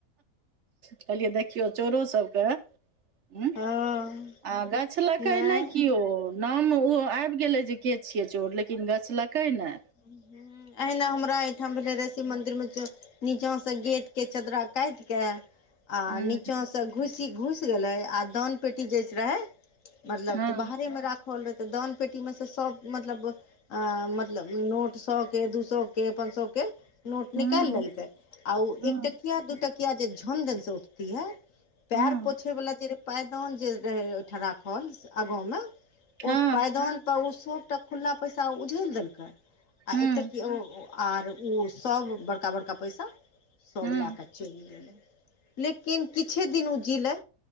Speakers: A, on the right (about 55°); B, on the left (about 60°).
A: कहलियै देखियौ चोरो सबके ह
B: हँ
A: आ गछलकै
B: नहि
A: नै किओ नाम ओ आबि गेले जे के छिये चोर लेकिन गछलक कै नै
B: हूं अहिना हमरा एहिठाम भेले रायत शिव मंदिर में ज नीचा से गेट के चदरा काट के
A: हूं
B: आ नीचा से सब घुसी घुस गेले आ दान पेटी जे रहे मतलब
A: हँ
B: तऽ बाहरे मे राख होल रहे त दान पेटी में से सब मतलब अ मतलब नोट सब दू सए के पांँ सए के नोट
A: हूं
B: निकाल लेलकै आ
A: हूं
B: एकटकिया दूटकिया किया जे झनझन से उठती है पैर
A: हूं
B: पोछे वला जे पैदान जे रहे ओठराखल आगा मे ओ
A: हँ
B: पैदान त ओ सबटा खुला पैसा उझल देलकै आ
A: हूं
B: एकटा आर ओ सभ बड़का बड़का पैसा सभ
A: हूं
B: लए कऽ चलि गेलै लेकिन किछे दिन ओ जीलै।